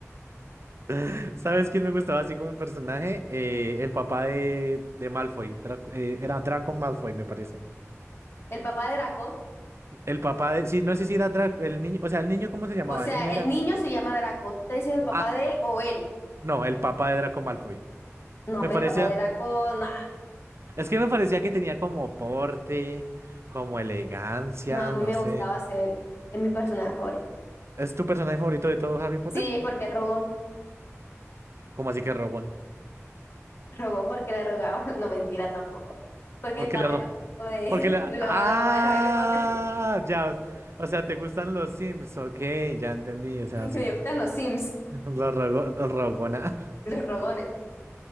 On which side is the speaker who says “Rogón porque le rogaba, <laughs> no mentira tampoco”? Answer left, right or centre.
Left